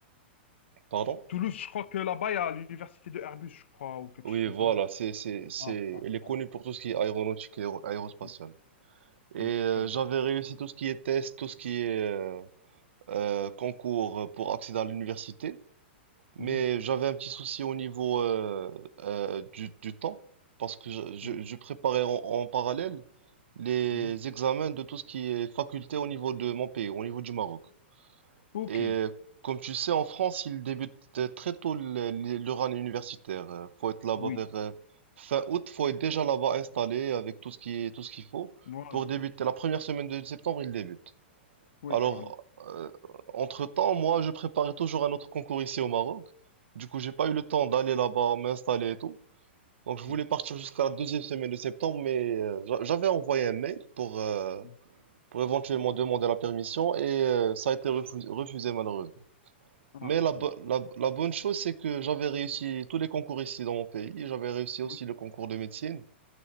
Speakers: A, on the right (about 85°); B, on the left (about 80°).
A: pardon.
B: Toulouse, je crois que là-bas, il y a l'université de Airbus, je crois, ou quelque
A: Oui,
B: chose comme
A: voilà,
B: ça, non?
A: c'est c'est c'est,
B: Ah, ah,
A: elle est
B: voilà.
A: connue pour tout ce qui est aéronautique et aéro- aérospatiale.
B: Mm.
A: Et
B: Oui,
A: euh,
B: très bien.
A: j'avais réussi tout ce qui est tests, tout ce qui est euh, euh, concours pour accéder à l'université. Mais
B: Mhm,
A: j'avais un petit souci au niveau euh, euh, du, du temps, parce que je, je-
B: mhm,
A: je préparais en, en parallèle les
B: mhm.
A: examens de tout ce qui est faculté au niveau de mon pays, au niveau du Maroc.
B: Ok,
A: Et euh, comme tu sais, en France, il débute euh, très tôt le- le- leur année universitaire. Euh, Faut être là-bas
B: oui,
A: vers euh, fin août, faut être déjà là-bas installé avec tout ce qui est, tout ce qu'il faut
B: voilà.
A: pour débuter. La première semaine de septembre, il débute.
B: Oui,
A: Alors,
B: voilà.
A: euh, entre-temps, moi, je préparais toujours un autre concours ici au Maroc. Du coup, j'ai pas eu le temps d'aller là-bas, m'installer et tout. Donc, je voulais
B: Mhm,
A: partir jusqu'à la deuxième semaine de septembre, mais euh, j'a- j'avais envoyé un mail pour, euh,
B: mhm,
A: pour éventuellement
B: mhm.
A: demander la permission et euh, ça a été refus- refusé malheureusement.
B: Ah,
A: Mais la, bo-
B: bon.
A: la, la bonne chose, c'est que j'avais réussi tous les concours ici dans mon pays. J'avais réussi aussi
B: Oui,
A: le concours de médecine.